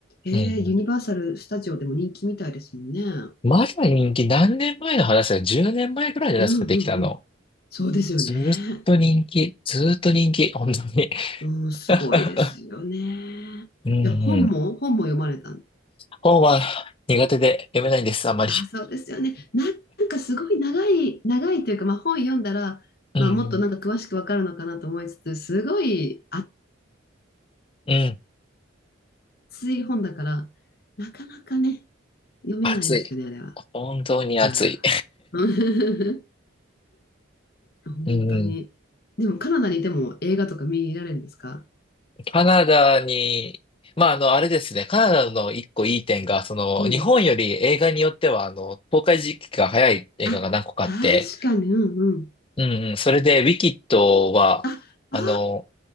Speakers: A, on the left (about 50°); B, on the left (about 25°).
A: ええユニバーサル・
B: うんう
A: スタジオでも人気みたいですもんね。うん
B: ん。まだ人気、何年前の話だよ。10年前ぐらいじゃないですか、
A: うんうん。
B: できたの。
A: そうですよね。
B: ずーっと人気、ずーっと人気、本当に。
A: うん、
B: <laughs>
A: すごいですよね。
B: うんうん。
A: じゃあ本も、本も読まれたん。
B: 本は苦手で読めないんです、あまり。
A: あ、そうですよね。な、なんかすごい長い、長いというか、まあ本読んだら、
B: うん
A: まあもっとなんか詳しくわかるのかなと思いつつ、すごい
B: うん。うん。
A: 熱い本だから、なかなかね、読めないですよね、
B: 暑い。
A: あ
B: 本当に暑い。
A: れは。うん。<laughs> 本当に。
B: うんうん。
A: でもカナダにいても映画とか見られるんですか
B: カナダに、まあ、あの、あれですね、カナダの一個いい点が、その、
A: うん。
B: 日本より映画によっては、あの、公開時期が早い映画が何個かあって、
A: あ、確かに、うんうん。
B: うんうん、それで、ウィキッドは、
A: あ、
B: あの、
A: あ